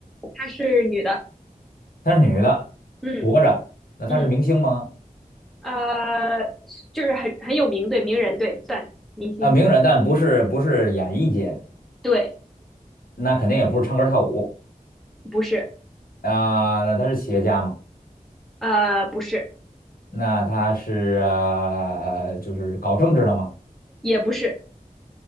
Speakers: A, in the centre; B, on the left.
A: 她是女的，
B: 他是女的，
A: 嗯
B: 活着，那他是明星吗？
A: 嗯。呃，就是很很有名，对，名人，对，算明星，
B: 啊，名人，但不是不是演艺界的，
A: 对，
B: 那肯定也不是唱歌跳舞
A: 不是，
B: 啊、那他是企业家嘛？
A: 呃，不是，
B: 那他是呃，就是搞政治的嘛？
A: 也不是，